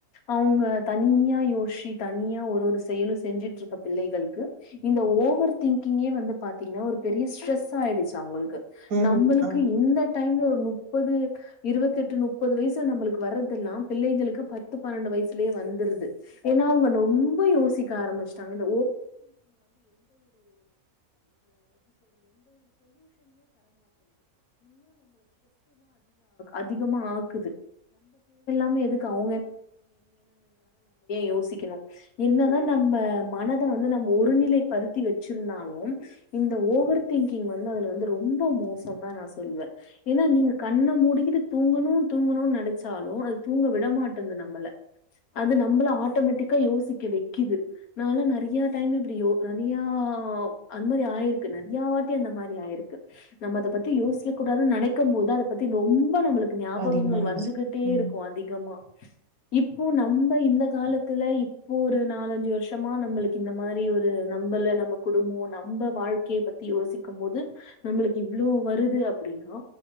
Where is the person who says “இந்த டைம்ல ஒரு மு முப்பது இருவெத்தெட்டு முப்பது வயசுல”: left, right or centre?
Left